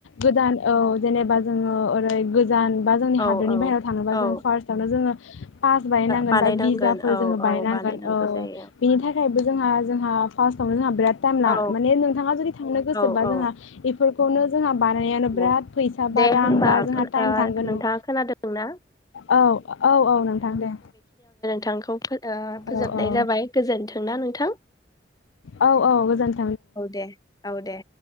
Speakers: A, on the left (about 85°); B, on the left (about 20°).
A: गोदान औ जेनेबा जोङो ओरै गो जान बा जोंनि
B: औ
A: हादोरनि
B: औ
A: बाहेरायाव थाङोबा
B: औ
A: जोङो फार्स्टआवनो जोङो पास बायनांगोन
B: बानायनांगोन
A: बा भिजाफोर
B: औ
A: जोङो बायनांगोन
B: औ बानायनांगौ
A: औ
B: जायो
A: बिनि थाखाय बो जोंहा जोंहा फास्थावनो जोंहा बिराद टाइम ला
B: औ
A: माने नोंथाङा जुदि थांनो गोसोबा
B: औ औ
A: जोंहा बेफोरखौनो जोंहा बानायनायानो बिराद
B: औ
A: फैसा
B: दे
A: बा रां
B: होमबा
A: बा जोंहा टाइम
B: ओ
A: थांगोन
B: नोंथाङा
A: न
B: खोनादोंना
A: औ औ औ नोंथां दे।
B: थांखौ ओ फोजोबनाय
A: औ औ
B: जाबाय गोजोन्थोंना नोंथां।
A: औ औ गोजोन
B: औ दे औ दे।